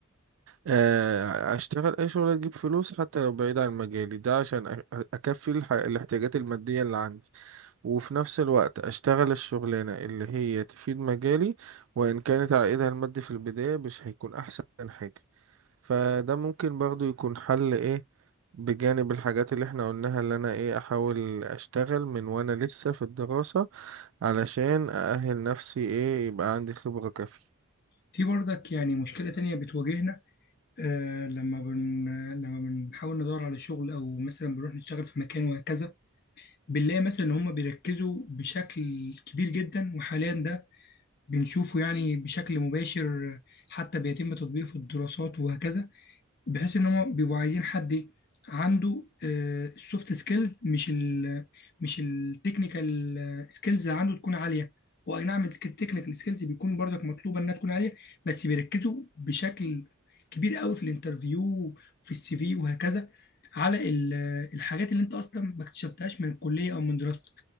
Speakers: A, on the right; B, on the left.
A: آه، أشتغل أي شغلة تجيب فلوس حتى لو بعيد عن مجالي ده عشان أ- أكفي الح- الاحتياجات المادية اللي عندي وفي نفس الوقت أشتغل الشغلانة اللي هي تفيد مجالي وإن كانت عائدها المادي في البداية مش هيكون أحسن حاجة فده ممكن برضو يكون حل ايه بجانب الحاجات اللي احنا قلناها اللي انا ايه احاول اشتغل من وانا لسه في الدراسة علشان اأهل نفسي ايه يبقى عندي خبرة كافية
B: في برضك يعني مشكلة تانية بتواجهنا آه لما بن لما بنحاول ندور على شغل أو مثلا بنروح نشتغل في مكان وهكذا بنلاقي مثلا إن هما بيركزوا بشكل كبير جدا وحاليا ده بنشوفه يعني بشكل مباشر حتى بيتم تطبيقه في الدراسات وهكذا بحيث ان هم بيبقوا عايزين حد عنده السوفت سكيلز مش ال مش التكنيكال سكيلز اللي عنده تكون عاليه هو اي نعم التكنيكال سكيلز بيكون برضك مطلوبه انها تكون عاليه بس بيركزوا بشكل كبير قوي في الانترفيو في السي في وهكذا على ال- الحاجات اللي انت اصلا ما اكتسبتهاش من الكليه او من دراستك